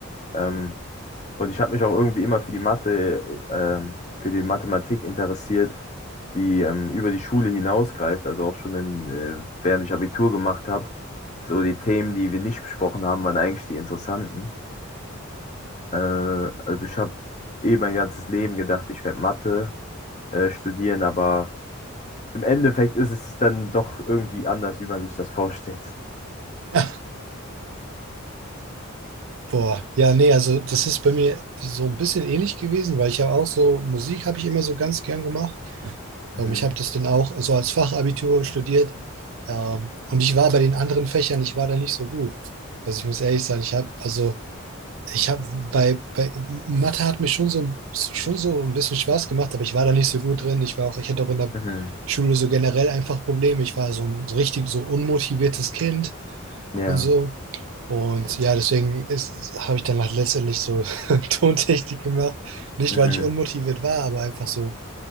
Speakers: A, on the left; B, on the right.
A: Ähm, und ich habe mich auch irgendwie immer für die Mathe, äh, ähm, für die Mathematik interessiert, die ähm, über die Schule hinausgreift. Also auch schon in, äh, während ich Abitur gemacht habe. So die Themen, die wir nicht besprochen haben, waren eigentlich die interessanten. Äh, also ich habe eh mein ganzes Leben gedacht, ich werde Mathe äh, studieren, aber im Endeffekt ist es dann doch irgendwie anders, wie man sich das vorstellt.
B: <laughs> Boah, ja, nee, also das ist bei mir so ein bisschen ähnlich gewesen, weil ich ja auch so, Musik habe ich immer so ganz gern gemacht.
A: Mhm.
B: Ähm, ich habe das dann auch so als Fachabitur studiert. Ähm, und ich war bei den anderen Fächern, ich war da nicht so gut. Also ich muss ehrlich sagen, ich habe, also ich habe bei, bei Mathe hat mir schon so, schon so ein bisschen Spaß gemacht, aber ich war da nicht so gut drin. Ich war auch, ich hatte auch in der
A: Mhm.
B: Schule so generell einfach Probleme. Ich war so ein so richtig so unmotiviertes Kind
A: Ja.
B: und so. Und ja, deswegen ist, habe ich dann halt letztendlich so <laughs> Tontechnik gemacht. Nicht,
A: Mhm.
B: weil ich unmotiviert war, aber einfach so,